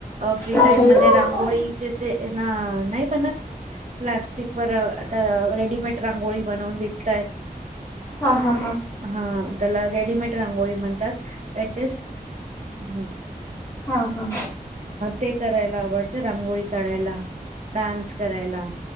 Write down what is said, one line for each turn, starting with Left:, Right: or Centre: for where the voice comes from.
Right: फ्री
Left: अच्छा
Right: टाइम
Left: अच्छा.
Right: मध्ये रांगोळीचे ते ना नाही बनत प्लास्टिक वर रेडीमेड रांगोळी बनवून विकताय
Left: हा हा
Right: हा त्याला रेडीमेड रांगोळी म्हणतात पॅचेस हू
Left: हा, हा
Right: ते करायला आवडते रांगोळी कढायला डान्स करायला